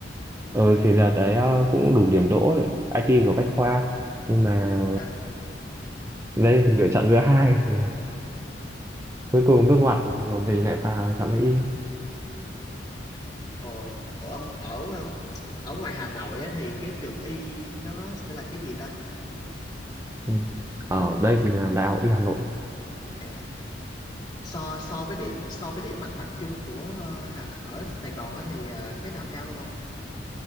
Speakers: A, on the right (about 15°); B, on the left (about 25°).
A: ừ, thì đợt đấy ờ, cũng đủ điểm đỗ để IT của bách khoa nhưng mà
B: Ờ,
A: đây lựa chọn thứ hai thì là cuối cùng nước ngoặt của mình lại vào chọn lấy y
B: ồ, ở, ở um, ở ngoài Hà Nội á, thì cái trường y nó sẽ là cái gì ta?
A: Ừ. ở đây thì là đại học y Hà Nội
B: À, so so với điểm so với điểm mặt bằng chung của ờ, Hà, ở Sài Gòn á, thì ờ, cái nào cao hơn không?